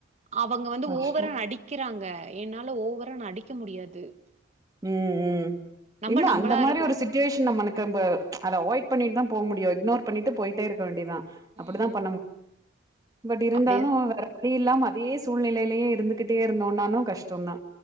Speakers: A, on the right; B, on the right.
A: அவங்க வந்து
B: கஷ்டோ
A: ஓவரா நடிக்கிறாங்க என்னால ஒவரா நடிக்க முடியாது
B: ம் ம்
A: நம்ம
B: இல்ல
A: நம்பளா
B: அந்த மாரி
A: இருக்கணு.
B: ஒரு சிட்டிவேஷன் நம்மனுக்கும்ப அத அவாய்ட் பண்ணிட்டுதா போம் முடியு இக்னோர் பண்ணிட்டு போயிட்டே இருக்க வேண்டிதா அப்புடித்தா
A: ம்.
B: பண்ண மு பட் இருந்தாலு
A: அப்டி
B: வேற வழி இல்லாம அதயேஸ் சூழ்நெலையிலயே இருந்துகிட்டே இருந்தோன்னானு கஷ்டோந்தா